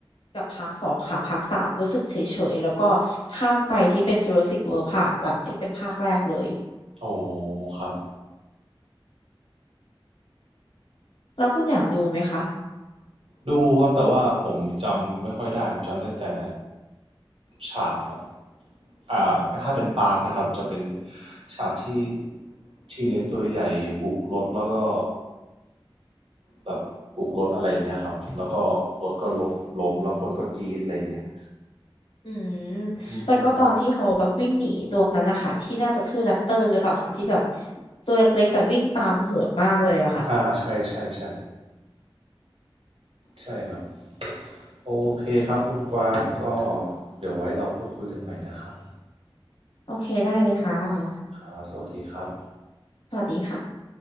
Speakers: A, on the left (about 75°); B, on the right (about 90°).
A: กับภาคสองค่ะภาคสามรู้สึกเฉยๆแล้วก็ข้ามไปที่เป็น Jurassic World ภาคแบบที่เป็นภาคแรกเลย
B: โอ้ครับ
A: แล้วคุณอยากดูไหมคะ
B: ดูครับแต่ว่าผมจำไม่ค่อยได้ผมจำได้แต่ฉากแบบอ่าถ้าเป็นปาร์คนะครับจะเป็นฉากที่ที่เล็กตัวใหญ่บุกรถแล้วก็แบบบุกรถอะไรอย่างเงี้ยครับแล้วก็รถก็ลบล้มแล้วคนก็กรี๊ดอะไรอย่างเงี้ย
A: อืม
B: อืม
A: แล้วก็ตอนที่เขาแบบวิ่งหนีตัวนั้นนะคะที่น่าจะชื่อแรปเตอร์หรือเปล่าคะที่แบบตัวเล็กๆแต่วิ่งตามโหดมากเลยอะค่ะ
B: อ่าใช่ใช่ใช่ใช่ครับโอเคครับคุณกวางก็เดี๋ยวไว้เราพูดคุยกันใหม่นะครับ
A: โอเคได้เลยค่ะ
B: ครับสวัสดีครับ
A: สวัสดีค่ะ